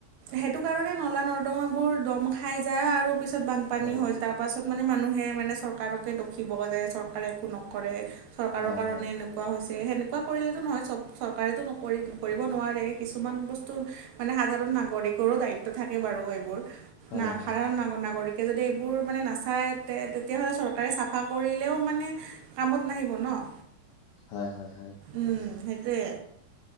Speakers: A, on the right; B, on the left.
A: সেইটো কাৰণে নলা নৰ্দমা বোৰ দম খাই যায় আৰু পিছত বানপানী
B: হয়
A: হৈ যায়, তাৰ তাৰপাছত মানে মানুহে মানে চৰকাৰকে দুখিব, যে চৰকাৰে একো নকৰে চৰকাৰৰ
B: হয়
A: কাৰণে
B: হয়
A: এনেকুৱা এনে হৈছে, সেনেকুৱা কৰিলেটো নহয় চব চৰকাৰেটো নকৰি, কৰিব নোৱাৰে, কিছুমান বস্তু মানে সাধাৰণ নাগৰিকৰো দায়িত্ব থাকে বাৰু এইবোৰ,
B: হয়
A: ন'
B: হয়
A: সাধাৰণ ন, নাগৰিক যদি এইবোৰ মানে নাচায়, তে, তেতিয়াহ'লে চৰকাৰে চাফা কৰিলেও মানে কামত নাহিব ন'।
B: হয়, হয়, হয়।
A: উম, সেইটোৱে।